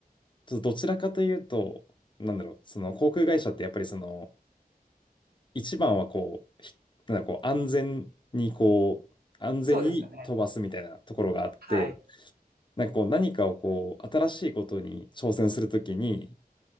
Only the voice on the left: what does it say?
ちょっとどちらかというと、なんだろう、その航空会社ってやっぱりその、一番はこう、ひなんだろう、こう安全にこう、安全に飛ばすみたいなところがあって、
なんかこう何かをこう、新しいことに挑戦するときに、